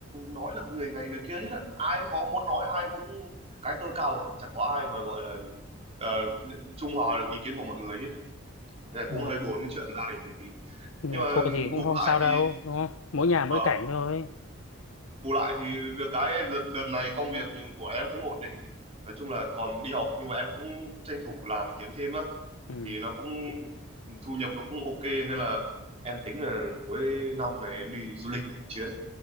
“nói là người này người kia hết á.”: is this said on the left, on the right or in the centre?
Right